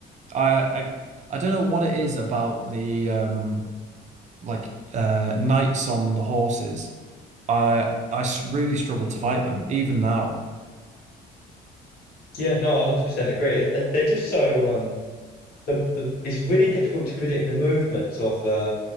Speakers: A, on the right; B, on the left.
A: I, I I don't know what it is about the um like uh knights on the horses. I I s- really struggle to fight them even now.
B: Yeah, no, I 100% agree. They- They're just so um the, the, it's really difficult to predict the movements of uh